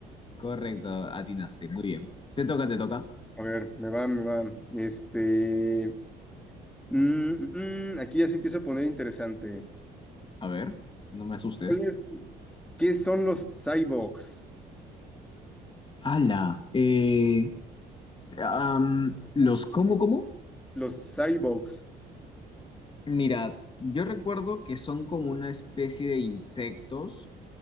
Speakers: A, on the left (about 30°); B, in the centre.
A: Correcto, atinaste. Muy bien. Te toca, te toca.
B: A ver, me va, me va. Este, mm, mm, aquí ya se empieza a poner interesante.
A: A ver, no me asustes.
B: ¿Cuál es- ¿Qué son los cyborgs?
A: ¡Hala! Eh, am, ¿los cómo, cómo?
B: Los cyborgs.
A: Mira, yo recuerdo que son como una especie de insectos